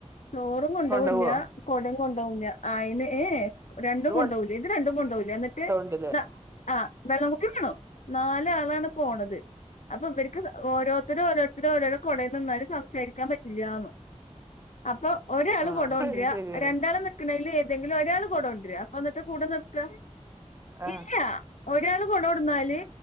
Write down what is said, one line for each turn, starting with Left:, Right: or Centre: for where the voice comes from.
Left: ചോറും കൊണ്ടോവ്
Right: കൊണ്ടോവോ
Left: ല്ല കൊടിം കൊണ്ടോവ് ല്ല അയ്ന് ഏ ഏ രണ്ടും
Right: അത്
Left: കൊണ്ടോവുല ഇത് രണ്ടും കൊണ്ടോവുല ന്ന്ട്ട്
Right: കൊണ്ടോവ്ണ്ടല്ലേ
Left: ആഹ് വെള്ളം കുപ്പിം വാണം നാലാൺ പോണത് അപ്പൊ ഇവര്ക്ക് സ ഓരോര്ത്തരോര്ത്തര് ഓരോരോ കോടേ നിന്നാല് സംസാരിക്കാൻ പറ്റില്ലാന്ന് അപ്പൊ ഒരാൾ
Right: ആഹ്
Left: കൊടൊണ്ട്ര
Right: അത് ശരിയാണ്
Left: രണ്ടാൾ നിക്ക്ണേൽ ഏതെങ്കിലും ഒരാൾ കൊടൊ ണ്ട് <unintelligible> കൂടെ നിർത്ത
Right: ആഹ് ആഹ്
Left: ഇല്ല്യ ഒരാള് കൊടട്ന്നാല്